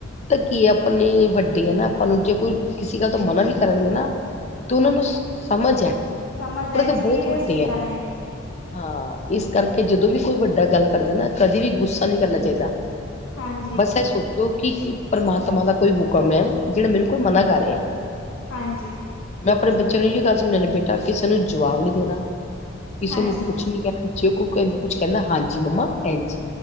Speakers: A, on the left (about 35°); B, on the left (about 80°).
A: ਤਾ ਕੀ ਆਪਣੇ ਵੱਡੇ ਆ ਨਾ ਆਪਾਂ ਨੂੰ, ਜੇ ਕੋਈ ਕਿਸੇ ਗੱਲ ਤੋਂ ਮਨਾ ਵੀ ਕਰਨਗੇ ਨਾ ਤੋ
B: ਹਾਂਜੀ
A: ਨਾ, ਉਹਨਾਂ ਨੂੰ ਸਮਝ ਹੈ,
B: ਸਮਝ
A: ਉਹੜ
B: ਹੈ ਐਕਸਪੀਰੀਅੰਸ
A: ਤਾਂ ਬਹੁਤ ਵੱਡੇ
B: ਹੁੰਦਾ
A: ਹੈ।
B: ਨੇ
A: ਹਾਂ, ਇਸ ਕਰਕੇ ਜਦੋਂ ਵੀ ਕੋਈ ਵੱਡਾ ਗੱਲ ਕਰਦਾ ਨਾ, ਕਦੇ ਵੀ ਗੁੱਸਾ ਨਹੀਂ ਕਰਨਾ ਚਾਹੀਦਾ।
B: ਹਾਂਜੀ
A: ਬਸ ਇਹ ਸੋਚ ਜੋ ਕਿ, ਕੀ ਪਰਮਾਤਮਾ ਦਾ ਕੋਈ ਹੁਕਮ ਹੈ, ਜਿਹੜਾ ਮੈਨੂੰ ਕੋਈ ਮਨਾ ਕਰ ਰਿਹਾ।
B: ਹਾਂਜੀ।
A: ਮੈਂ ਆਪਣੇ ਬੱਚਿਆਂ ਨੂੰ ਇਹੀਓ ਗੱਲ ਸਮਝਾਂਨੀ, ਬੇਟਾ ਕਿਸੇ ਨੂੰ ਜਵਾਬ ਨੀ ਦੇਣਾ, ਕਿਸੇ
B: ਹਾਂਜੀ
A: ਨੂੰ ਕੁਛ ਨੀ ਕਹਿਣਾ। ਜੇ ਕੋ ਕੁਛ ਕਹਿੰਦਾ, ਹਾਂਜੀ ਮੰਮਾ, ਏਂਂਝ।